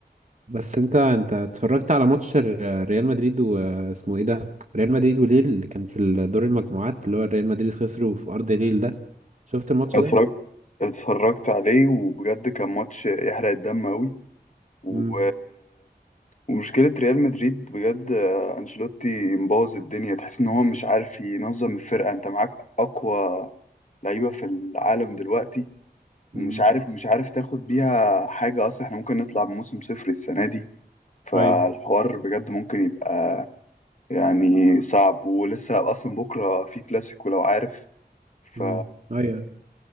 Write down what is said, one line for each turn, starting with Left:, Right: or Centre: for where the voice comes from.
Right: بس انت انت اتفرجت على ماتش ال- ريال مدريد واسمه ايه ده ريال مدريد وليل اللي كان في ال- دور المجموعات اللي هو ريال مدريد خسروا في ارض ليل ده شفت الماتش
Left: اتفرجت
Right: ده
Left: اتفرجت عليه وبجد كان ماتش يحرق الدم قوي و...
Right: امم
Left: ومشكلة ريال مدريد بجد آه، انشيلوتي مبوظ الدنيا تحس ان هو مش عارف ينظم الفرقة انت معاك اقوى لعيبة في العالم دلوقتي ومش
Right: امم
Left: عارف مش عارف تاخد بيها حاجة اصلا احنا ممكن نطلع بموسم صفر السنة دي فالحوار
Right: ايوه
Left: بجد ممكن يبقى يعني صعب ولسه اصلا بكره في كلاسيكو لو عارف ف
Right: امم ايوه